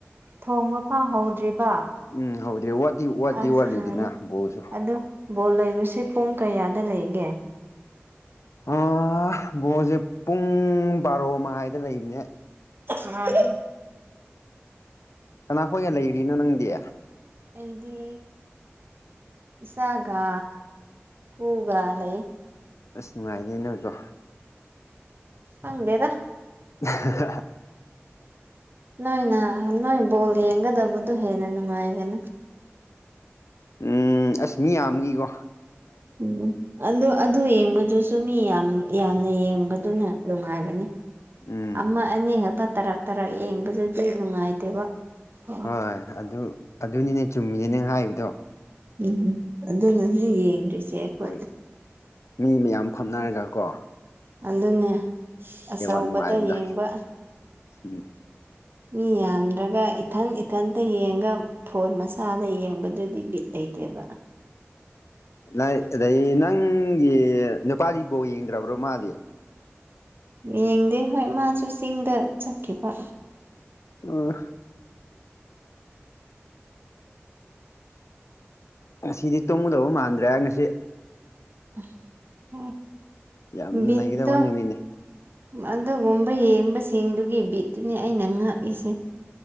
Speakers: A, on the right; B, on the left.
A: ꯊꯣꯡꯕ ꯐꯪꯍꯧꯗ꯭ꯔꯤꯕ
B: ꯎꯝ ꯍꯧꯗ꯭ꯔꯤ ꯋꯥꯠꯇꯤ ꯋꯥꯠꯇꯤ
A: ꯑꯁ
B: ꯋꯥꯠꯂꯤꯗꯅ
A: ꯂꯩꯔꯦ
B: ꯕꯣꯜꯁꯨ
A: ꯑ ꯕꯣꯜ ꯂꯩꯕꯁꯦ ꯄꯨꯡ ꯀꯌꯥꯗ ꯂꯩꯒꯦ
B: ꯑ ꯣꯁꯦ ꯄꯨꯡ ꯔꯣ ꯃꯥꯏ ꯑꯗꯨ ꯂꯩꯅꯦ
A: ꯑ
B: ꯀꯅꯥꯈꯣꯏꯒ ꯂꯩꯔꯤꯅꯣ ꯅꯪꯗꯤ
A: ꯑꯩꯗꯤ ꯁꯥꯥꯒꯥ ꯀꯒ ꯂꯩ
B: ꯅꯨꯡꯉꯥꯏꯅꯤ ꯅꯣꯏꯀꯣ
A: ꯍꯪꯗꯦꯗꯥ
B: <inaudible>
A: ꯅꯣꯏꯅ ꯅꯣꯏ ꯕꯣꯜ ꯌꯦꯡꯒꯗꯕꯗꯨꯣ ꯍꯦꯟꯅ ꯅꯨꯡꯉꯥꯏꯒꯅꯤ
B: ꯎꯝ ꯑꯁ ꯃꯤ ꯌꯥꯝ ꯑꯃꯒꯤꯒꯤꯀꯣ
A: ꯎꯝ ꯑꯗꯨ ꯑꯗꯨ ꯌꯦꯡꯕꯗꯨꯁꯨ ꯃꯤ ꯌꯥꯝ ꯌꯥꯝꯅ ꯌꯦꯡꯕꯗꯨꯅ ꯅꯨꯡꯉꯥꯏꯕꯅꯤ
B: ꯎꯝ
A: ꯑꯃ ꯑꯅꯤ ꯈꯛꯇ ꯇꯔꯛ ꯇꯔꯛ ꯌꯦꯡꯕꯗꯨꯗꯤ ꯅꯨꯡꯉꯥꯏꯇꯦꯕ ꯑ
B: ꯍꯣꯏ ꯑꯗꯨ ꯑꯗꯨꯅꯤꯅꯦ ꯆꯨꯝꯃꯤꯅꯦ ꯅꯪ ꯍꯥꯏꯕꯗꯣ
A: ꯎꯝꯝ ꯑꯗꯨꯅꯁꯨꯖꯤꯛ ꯌꯦꯡꯗ꯭ꯔꯤꯁꯦ ꯑꯩꯈꯣꯏ
B: ꯍꯣꯏ ꯃꯤ ꯃꯌꯥꯝ ꯐꯝꯅꯔꯒ ꯀꯣ
A: ꯑꯗꯨꯅꯦ ꯑꯆꯧꯕꯗ
B: ꯅꯨꯡꯉꯥꯏꯔꯤꯗꯣ
A: ꯌꯦꯡꯕ
B: ꯎꯝ
A: ꯃꯤ ꯌꯥꯝꯗ꯭ꯔꯒ ꯏꯊꯟ ꯏꯊꯟꯇ ꯌꯦꯡꯉ ꯐꯣꯟ ꯃꯆꯥꯗ ꯌꯦꯡꯕꯗꯨꯗꯤ ꯕꯤꯠ ꯂꯩꯇꯦꯕ
B: ꯑ ꯅꯪꯒꯤ ꯅꯨꯄꯥꯗꯤ ꯕꯣ ꯌꯦꯡꯗ꯭ꯔꯕ꯭ꯔꯣ ꯃꯥꯗꯤ
A: ꯌꯦꯡꯗꯦ ꯍꯣꯏ ꯃꯥꯁꯨ ꯆꯤꯡꯗ ꯆꯠꯈꯤꯕ
B: ꯑ ꯉꯁꯤꯗꯤ ꯇꯣꯡꯉꯨꯗꯕ ꯃꯥꯟꯗ꯭ꯔꯦ ꯉꯁꯤ
A: <unintelligible> <unintelligible>
B: ꯌꯥꯝ
A: ꯕꯤꯠꯇꫭ
B: ꯅꯩꯒꯗꯕ ꯅꯨꯃꯤꯠꯅꯤ
A: ꯑꯗꯨꯒꯨꯝꯕ ꯌꯦꯡꯕꯁꯤꯡꯗꯨꯒꯤ ꯕꯤꯠꯇꯨꯅꯤ ꯑꯩꯅ ꯉꯥꯛꯏꯁꯦ